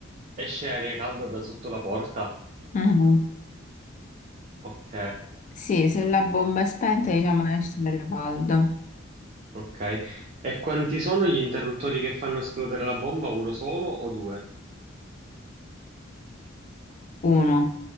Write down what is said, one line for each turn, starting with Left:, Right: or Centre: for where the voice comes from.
Right: esce aria calda da sotto la porta.
Left: Mhm.
Right: Ok,
Left: Sì, se la bomba è spenta, diciamo esce l'aria calda.
Right: ok. E quanti sono gli interruttori che fanno esplodere la bomba? Uno solo o due?
Left: Uno.